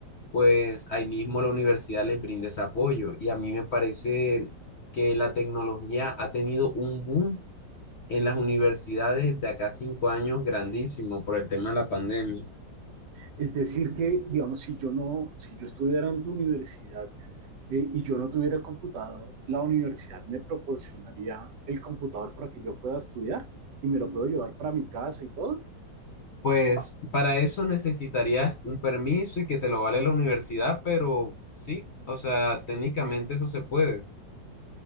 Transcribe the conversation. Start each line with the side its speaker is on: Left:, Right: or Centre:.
Left: pues ahí mismo la universidad les brinda ese apoyo. Y a mí me parece que la tecnología ha tenido un boom en las universidades de acá a cinco años grandísimo por el tema de la pandemia.
Right: Es decir, que, digamos, si yo no, si yo estudiara en tu universidad, eh, y yo no tuviera computador, la universidad me proporcionaría el computador para que yo pueda estudiar y me lo puedo llevar para mi casa y todo.
Left: Pues para eso necesitarías un permiso y que te lo vale la universidad, pero sí, o sea, técnicamente eso se puede.